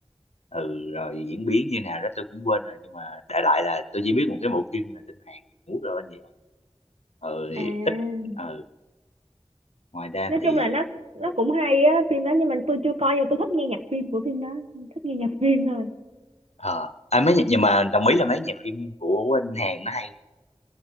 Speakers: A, on the left (about 75°); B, on the right (about 70°).
A: ừ rồi diễn biến như nào đó tôi cũng quên rồi nhưng mà đại loại là tôi chỉ biết một cái bộ phim là tên Hàn Quốc rồi anh vậy thôi ừ thì
B: à
A: ít ừ ngoài ra
B: nói
A: thì
B: chung là nó nó
A: ừ.
B: cũng hay á phim đó nhưng mà tôi chưa coi nhưng mà tôi thích nghe nhạc phim của phim đó thích nghe nhạc phim thôi
A: ờ à, mấy nhạc- nhưng mà đồng ý là mấy nhạc phim của anh Hàn nó hay